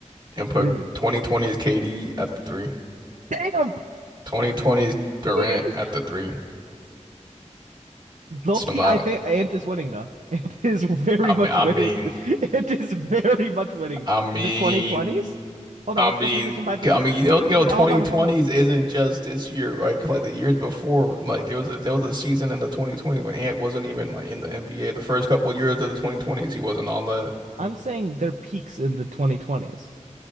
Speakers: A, on the right; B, on the right.
A: and put
B: Really?
A: 2020's KD at the three,
B: Damn,
A: 2020's Durant
B: baby!
A: at the three.
B: Loki,
A: So now
B: I think Ant is winning, though. <laughs> Ant is very
A: I
B: much
A: mean, I
B: winning.
A: mean,
B: <laughs> Ant is very much winning
A: I mean.
B: in the 2020s. Hold on,
A: I
B: let's
A: mean,
B: go position by position.
A: I mean, you know, you know,
B: Pos-
A: 2020s
B: Hold on, hold on.
A: isn't just this year, right? 'Cause, like the years before, like there was a, there was a season in the 2020s when Ant wasn't even like in the NBA. The first couple of years of the 2020s, he wasn't on that.
B: I'm saying their peaks in the 2020s.